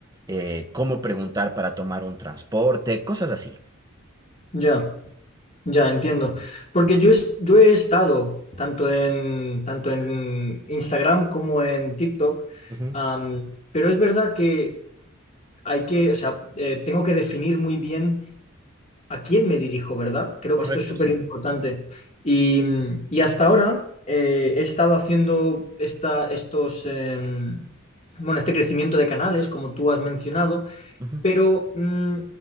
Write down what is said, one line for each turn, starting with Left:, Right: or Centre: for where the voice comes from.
Right: eh, cómo preguntar para tomar un transporte, cosas así.
Left: ya, ya, entiendo. Porque yo, es- yo he estado tanto en, tanto en Instagram como en TikTok,
Right: Ujú.
Left: am, pero es verdad que hay que, o sea, eh, tengo que definir muy bien ¿A quién me dirijo, verdad? Creo
Right: Correcto,
Left: que esto es súper
Right: sí.
Left: importante. Y, mm, y hasta ahora eh, he estado haciendo esta, estos, em, bueno, este crecimiento de canales, como tú has mencionado,
Right: Ujú,
Left: pero mm,